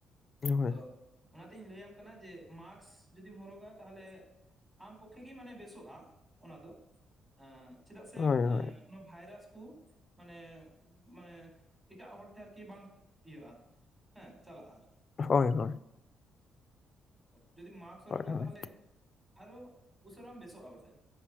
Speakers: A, on the left (about 40°); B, on the right (about 15°).
A: ᱦᱳᱭ
B: ᱛᱚ ᱚᱱᱟᱛᱤᱧ ᱞᱟᱹᱭᱟᱢ ᱠᱟᱱᱟ ᱡᱮ ᱢᱟᱠᱥ ᱡᱚᱫᱤᱢ ᱦᱚᱨᱚᱜᱟ ᱛᱟᱦᱞᱮ ᱟᱢ ᱯᱚᱠᱠᱷᱮ ᱜᱮ ᱢᱟᱱᱮ ᱵᱮᱥᱚᱜᱼᱟ ᱚᱱᱟ ᱫᱚ᱾ ᱟᱸ ᱪᱮᱫᱟᱜ ᱥᱮ
A: ᱦᱳᱭ ᱦᱳᱭ
B: ᱮᱸ ᱚᱱᱟ ᱵᱷᱟᱭᱨᱟᱥ ᱠᱚ ᱢᱟᱱᱮ ᱢᱟᱱᱮ ᱮᱴᱟᱜ ᱦᱚᱲ ᱴᱷᱮᱱ ᱟᱨᱠᱤ ᱵᱟᱝ ᱤᱭᱟᱹᱜᱼᱟ ᱦᱮᱸ ᱪᱟᱞᱟᱜᱼᱟ ᱟᱨᱠᱤ᱾
A: ᱦᱳᱭ ᱦᱳᱭ᱾
B: ᱡᱩᱫᱤ ᱢᱟᱠᱥ ᱦᱚᱨᱚᱜᱟ
A: ᱦᱳᱭ ᱦᱳᱭ
B: ᱛᱟᱦᱚᱞᱮ ᱟᱨᱚ ᱩᱥᱟᱹᱨᱟᱢ ᱵᱮᱥᱚᱜᱼᱟ ᱯᱟᱥᱮᱡ